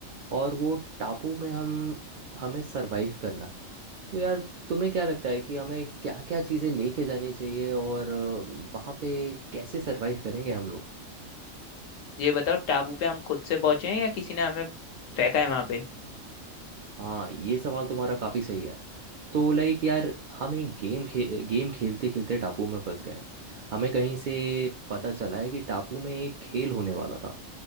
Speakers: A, on the right; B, on the left.
A: और वो टापू में हम हमें सरवाइव करना है तो यार तुम्हें क्या लगता है कि हमें क्या क्या चीज़ें लेके जानी चाहिए और अ, वहाँ पे कैसे सरवाइव करेंगे हम लोग
B: ये बताओ टापू पे हम खुद से पहुंचे हैं या किसी ने हमें फेंका है वहां पे
A: हाँ ये सवाल तुम्हारा काफी सही है तो लाइक यार हम एक गेम खे गेम खेलते खेलते टापू में फंस गए हमें कहीं से पता चला है कि टापू में एक खेल होने वाला था